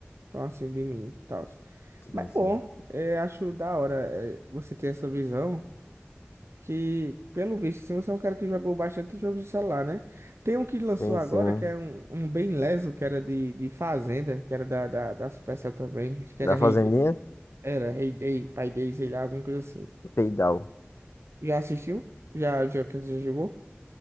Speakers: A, on the right; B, on the left.
A: tão assim de mim, tal.
B: Sim,
A: Mas é
B: sim.
A: bom, é, acho da hora é, você ter essa visão. Que, pelo visto, assim, você é um cara que jogou bastante jogos de celular, né? Tem um que lançou
B: Sim,
A: agora,
B: sim.
A: que é um, um bem leso, que era de, de Fazenda, que era da, da, da Supercell também. Acho que
B: Da
A: era Rei
B: Fazendinha?
A: Day. Era Rei Day, Pai Day, sei lá, alguma coisa assim.
B: Peidal.
A: Já assistiu? Já, já, quer dizer, já jogou?